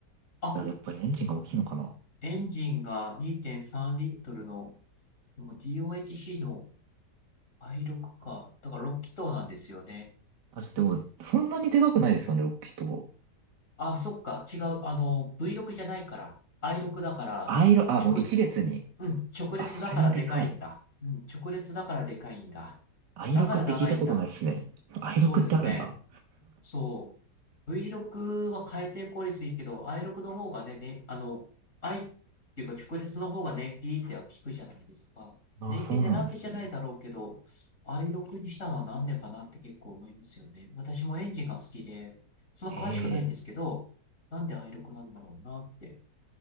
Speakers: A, on the left (about 45°); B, on the right (about 75°).
A: あ、
B: いや、やっぱりエンジンが大きいのかな。
A: エンジンが2.3リットルの、でも DOHC の i6 か。だから6気筒なんですよね。
B: あ、でも、そんなにでかくないですよね、ロッキーと。
A: あ、そっか。違う。あの、V6 じゃないから。i6 だから、
B: i あ、もう一列に。
A: 直、うん、直列だからでかいんだ。
B: あ、それはでかい。
A: うん、直列だからでかいんだ。
B: i6
A: だから長いんだ。
B: って聞いたことないですね。i6
A: そうですね。
B: ってあるんだ。
A: そう。V6 は回転効率いいけど、I6 の方がね、ね、あの、I っていうか直列の方が燃費っては効くじゃないですか。
B: ああ、
A: 燃費狙ってじゃないだろうけど、
B: そうなんですね。
A: I6 にしたのはなんでかなって結構思いますよね。私もエンジンが好きで、そんな詳しくないんですけど、
B: へえ。
A: なんで I6 なんだろうなって。